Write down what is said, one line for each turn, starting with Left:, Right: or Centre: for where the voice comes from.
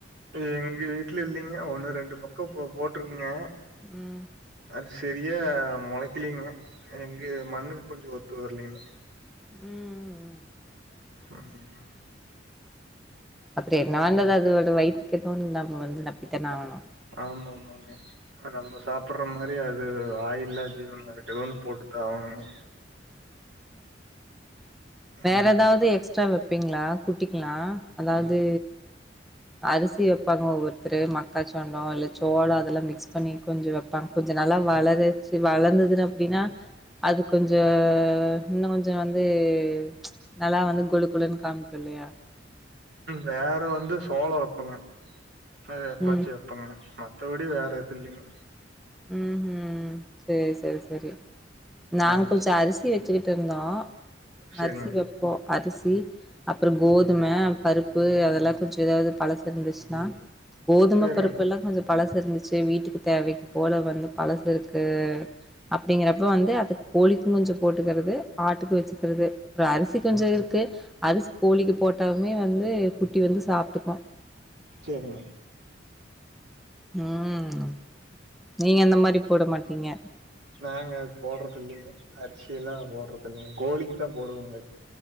Right: எங்க வீட்டுல இல்லிங்க ஒண்ணு ரெண்டு பக்கோ போ போட்ருக்குங்க
Centre: ம்
Right: அ சரியா மொளைக்கலிங்க எங்க மண்ணுக்கு கொஞ்ச ஒத்து வரலீங்க
Centre: ம்
Right: ம்
Centre: அப்டியே மளந்தது அதுவோட வைத்து பக்கோ வந்து நாங்க வந்து நப்பித்தான ஆவணு
Right: ஆமா ஆமாங்க நம்ம சாப் புற மாரி அது வாயில்லா ஜீவன் அதுக்கு ஏதோ ஒன்னு போட்டுதா ஆகணுங்க
Centre: வேற
Right: ம்.
Centre: ஏதாவது எக்ஸ்ட்ரா வெ வைப்பீங்களா குட்டிக்கிலா அதாவது அரிசி வைப்பாங்க ஒவ்வொ ருத்தரு மக்காச்சோள இல்ல சோளோ அதெல்லா மிக்ஸ் பண்ணி கொஞ்ச வப்பாங்க கொஞ்ச நல்லா வளருச் வளர் துன்னு அப்படின்னா அது கொஞ்ச இன்னு கொஞ்ச வந்து ச் நல்லா வந்து கொழு கொழுன்னு காமிக்கு இல்லையா
Right: வேற வந்து சோளம் வப்பங்க அத எப்பாச்சு
Centre: ம்
Right: வைப்போங்க மத்தவடி வேற எது இல்லிங்க
Centre: ம் ம் செரி செரி செரி நாங்க
Right: ஆமாங்க.
Centre: கொஞ்ச அரிசி வெச்ச மட்டு தா
Right: சரிங்க,
Centre: அரிசி வைப்போ அரிசி அப்புறம் கோதும பருப்பு அதெல்லா கொஞ்சோ ஏதாவது பழசு இருந்துச்சுன்னா கோதும
Right: சரிங்க,
Centre: பருப்பெல்லா கொஞ்சோ பழசு இருந்துச்சு வீட்டுக்கு தேவைக் போல வந்து பழசு இருக்கு அப்படிங்கறப்ப வந்து அது கோழிக்கு கொஞ்சோ போட்டுக்கறது ஆட்டுக்கு வச்சுக்கிறது அப்புரோ அரிசி கொஞ்சோ இருக்கு அரிசி கோழிக்கு போட்டவுமே வந்து குட்டி வந்து சாப்ட்டுக்கு
Right: செரிங்க
Centre: ம் நீங்க அந்த மாரி போட மாட்டீங்க
Right: நாங்க அது போடுறது இல்லிங்க அரிசி எல்லா போடுறது இல்லிங்க கோழிக்கு தா போடுவோங்க